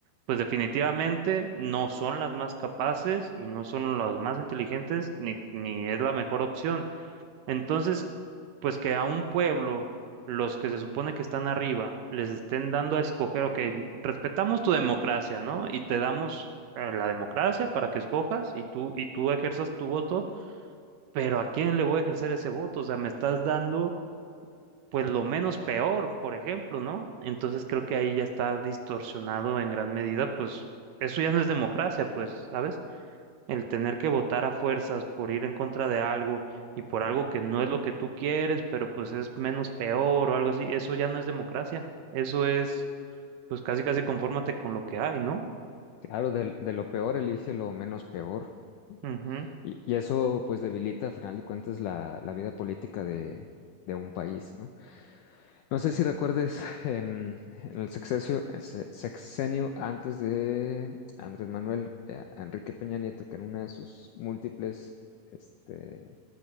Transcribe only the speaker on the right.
pues definitivamente no son las más capaces y no son las más inteligentes ni ni es la mejor opción entonces, pues que a un pueblo, los que se supone que están arriba, les estén dando a escoger, ok, respetamos tu democracia, ¿no? Y te damos eh, la democracia para que escojas y tú, y tú ejerzas tu voto, pero ¿a quién le voy a ejercer ese voto? O sea, me estás dando, pues, lo menos peor, por ejemplo, ¿no? Entonces creo que ahí ya está distorsionado en gran medida, pues, eso ya no es democracia, pues, ¿sabes? el tener que votar a fuerzas por ir en contra de algo y por algo que no es lo que tú quieres, pero pues es menos peor o algo así, eso ya no es democracia. Eso es, pues casi casi confórmate con lo que hay, ¿no?
Ujú,